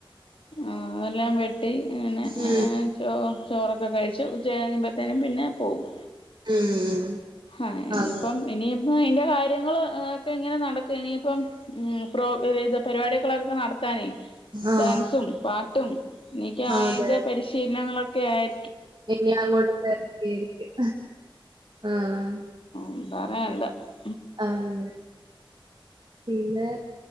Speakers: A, on the left; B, on the right.
A: ആഹ് അതെല്ലാം വെട്ടി അങ്ങനെ
B: ഉം
A: ആ ഹ് ചോ ചോറൊക്കെ കഴിച്ച് ഉച്ച കഴിയുമ്പത്തേനും പിന്നെ പോകും
B: ഉം
A: ആഹ്
B: അങ്ങ
A: ഇപ്പം അഹ് ഇനിയിപ്പോ ഇന്റെ കാര്യങ്ങൾ ഒക്കെ ഇങ്ങനെ നടക്കും ഇനിയിപ്പം പ്രോഗ്ര പരിപാടി കളൊക്കെ നടത്താനേ
B: ആഹ്
A: ഡാൻസും പാട്ടും എനിക്ക് അതിന്റെ
B: അതെ
A: പരിശീലനങ്ങളൊക്കെ ആയി
B: ഇനി അങ്ങോട്ട് പ്രതേകിച്ചും ആഹ്
A: എന്താ പറയാ എന്താ <unintelligible>
B: ആഹ് പിന്നെ